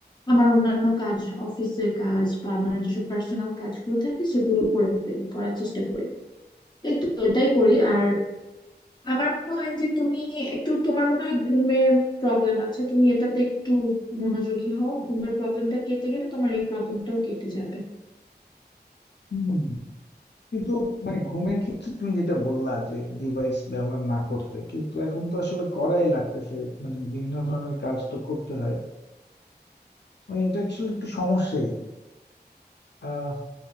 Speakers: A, on the left (about 25°); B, on the left (about 75°).
A: আমার অন্যান্য কাজ অফিসের কাজ বা আমার যেসব পার্সোনাল কাজগুলো থাকে সেগুলো করে ফেলি করার চেষ্টা করি এই তো এটাই করি আর আমার মনে হয় যে তুমি একটু তোমার মনে হয় ঘুমের প্রবলেম আছে তুমি এটাতে একটু মনোযোগী হও ঘুমের প্রবলেমটা কেটে গেলে তোমার এই প্রবলেমটাও কেটে যাবে
B: হ্যাঁ কিন্তু মানে ঘুমের ক্ষেত্রে তুমি যেটা বললা যে ডিভাইস ব্যবহার না করতে কিন্তু এখন তো আসলে করাই লাগতেছে মানে বিভিন্ন ধরনের কাজ তো করতে হয় মানে এটা আসলে একটু সমস্যাই আহ